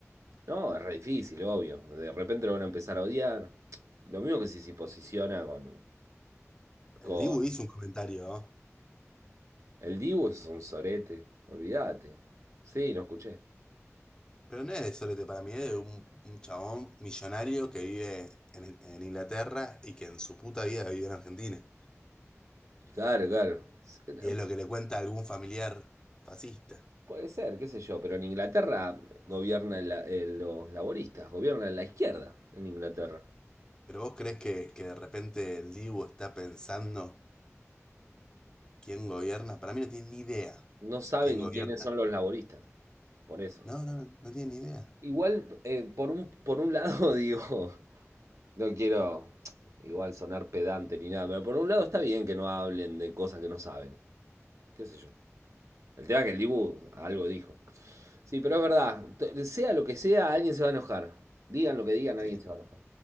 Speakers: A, on the right; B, on the left.
A: No, es re difícil, obvio. De repente lo van a empezar a odiar. Lo mismo que si se posiciona con,
B: El
A: con...
B: Dibu hizo un comentario, ¿eh?
A: El Dibu es un sorete, olvídate. Sí, lo escuché.
B: pero no es de sorete para mí, es de un, un chabón millonario que vive en, en Inglaterra y que en su puta vida vivió en Argentina.
A: Claro, claro. S- eh, no,
B: Y es lo que le cuenta a algún familiar fascista.
A: Puede ser, qué sé yo, pero en Inglaterra gobierna la- eh, los laboristas, gobierna la izquierda en Inglaterra.
B: ¿Pero vos crees que, que de repente el Dibu está pensando? ¿Quién gobierna? Para mí no tiene ni idea.
A: No sabe
B: ¿Quién
A: ni
B: gobierna?
A: quiénes son los laboristas, por eso.
B: No, no, no, no tiene ni idea.
A: Igual, eh, por un, por un lado <laughs> digo, no quiero igual sonar pedante ni nada, pero por un lado está bien que no hablen de cosas que no saben, qué sé yo. El tema es que el Dibu algo dijo. Sí, pero es verdad, t- sea lo que sea, alguien se va a enojar. Digan lo que digan,
B: Eh,
A: alguien se va a enojar.